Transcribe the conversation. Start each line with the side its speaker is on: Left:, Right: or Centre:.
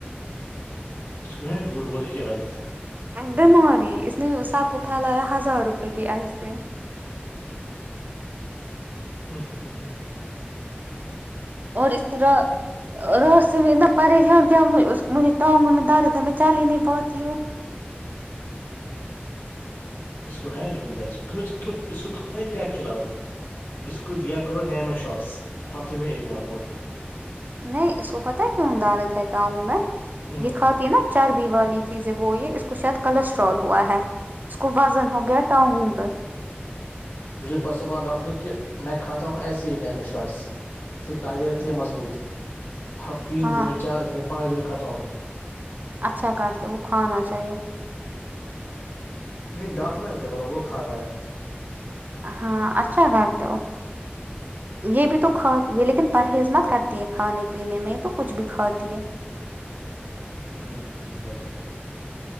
Left: اس کو ہے جھوھ بولے کی عادت
Right: بیماری اس نے سب کو پھیلایا ہزار روپے کی آئس کریم
Left: <inaudible>
Right: اور اس طرح اور ر سے میں اتنا پریشان کیا اس مجھے ٹانگو میں درد میں چا ہی نہیں پاتی ہوں
Left: اس کو ہے لیکن درج اس اس کو پت ہے کیا کھلا ہو اس کو دیا کرو نینو شاٹس ہفتے میں ایک بار ہووٹل
Right: نہیں اس کو پتہ کیوں دارد ہے ٹگ میں
Left: ہ
Right: یہ کھاتی ہے نا چار والی چیز ہے وہ یہ اس کو شاید کولسٹرول ہوا ہے اس کو وزن ہو گیا ٹاونب
Left: مجھے پرسبنا ڈاکٹر نے کہ میں کھاتا ہوں ایسے ہی نینو شارٹس اسے ٹانگیں رہتی ہیں مضبوط ہر تین
Right: ہاں
Left: دن میں چار دن میں پانچ دن میں کھاتا ہوں میں
Right: اچھا کرتے وہ کھانا چاہیے
Left: نہیں ڈاکٹر مجھے با وہ کھا تا ہے
Right: ہاں اچھا کرتے ہو یہ بھی تو کھاتات ہے لیکن پرہیز مت کرتے کھانے پینے میں تو کچھ بھی کھاتی ہے
Left: ہمم ہمم پتا ہے